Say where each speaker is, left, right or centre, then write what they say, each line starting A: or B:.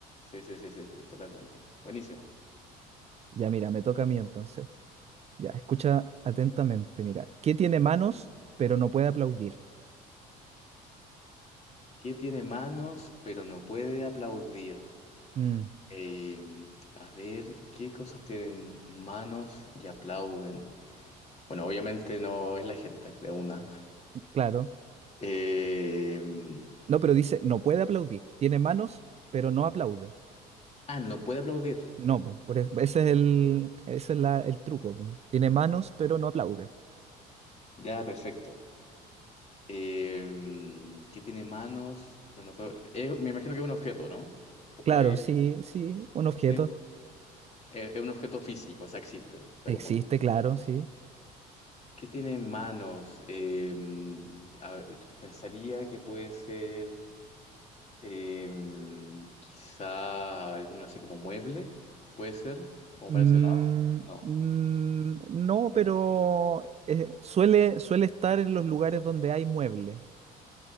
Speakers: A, on the left (about 35°); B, on the right (about 35°).
A: Sí, sí, sí, sí, sí, totalmente. Buenísima.
B: Ya, mira, me toca a mí entonces. Ya, escucha atentamente, mira. ¿Qué tiene manos pero no puede aplaudir?
A: ¿Qué tiene manos pero no puede aplaudir?
B: Mm,
A: Eh, a ver, ¿qué cosas tienen manos y aplauden? Bueno, obviamente no es la gente, de una.
B: claro.
A: Eh, no,
B: No, pero dice, no puede aplaudir. Tiene manos pero no aplaude.
A: ah, no puede aplaudir.
B: No, po, por eso, ese es el, ese es la- el truco. po. Tiene manos, pero no aplaude.
A: Ya, perfecto. Eh, ¿qué tiene manos pero no puede... eh, me imagino que es un objeto, ¿no? Va
B: Claro, sí, sí, un objeto
A: Sí, es, es un objeto físico, o sea, existe. O sea,
B: existe,
A: como que,
B: claro, sí.
A: ¿qué tiene manos? Eh, a ver, pensaría que puede ser eh, quizá alguno así como mueble, puede ser, como
B: Mm,
A: para ese lado. No,
B: mm, no, pero eh, suele, suele estar en los lugares donde hay mueble.